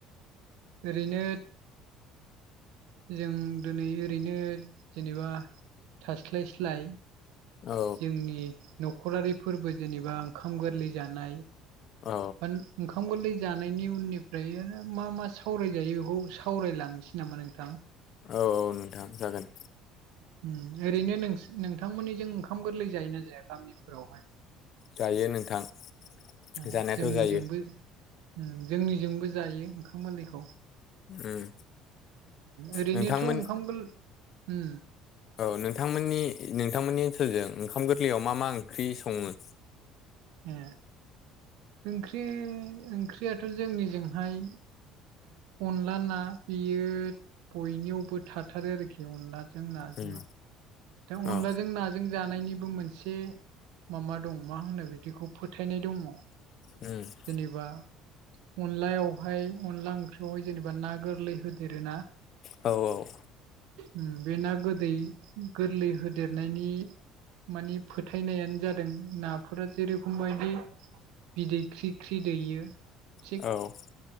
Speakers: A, on the right; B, on the left.
A: ओरैनो जों दोनै ओरैनो जेनेबा थास्लायस्लाय
B: औ
A: जोंनि न'खरारि फोर्बो जेनेबा ओंखाम गोरलै जानाय <inaudible>
B: औ
A: ओंखाम गोरलै जानायनि उननिफ्राय मा मा सावरायजायो बेखौ सावरायलांनोसै नामा नों थां?
B: औ औ नोंथां जागोन।
A: उम ओरैनो नोंसि-नोंथांमोननिजों ओंखाम गोरलै जायोना जाया गामिफोरावहाय?
B: जायो नोंथां।
A: उ
B: जानायाथ'
A: जोंनिजोंबो
B: जायो
A: उम जोंनिजोंबो जायो ओंखाम मोरलैखौ।
B: उम
A: ओरैनोथ'
B: नोंथांमोन
A: ओंखाम गोल उम
B: औ नोंथांमोननि नोंथांमोननि ओनसोलजों ओंखाम गोरलैयाव मा मा ओंख्रि सङो?
A: ए। ओंख्रि ओंख्रियाथ' जोंनिजोंहाय अनला ना बेयो बयनियावबो थाथारो आरोखि अनलाजों नाजोङा।
B: उम
A: दा अनलाजों
B: औ
A: ना जों जानायनिबो मोनसे मामा दं मा होनो बिदिखौ फोथायनाय दङ'।
B: उम
A: जेनेबा अनलायावहाय अनला ओंख्रियावहाय जेनेबा ना गोरलै होदेर ना
B: औ औ
A: उम बे ना गोदै गोरलै होदेरनायनि मानि फोथायनायानो जादों नाफोरा जेरेखम बायदि बिदै ख्रि ख्रि दैयो थिग
B: औ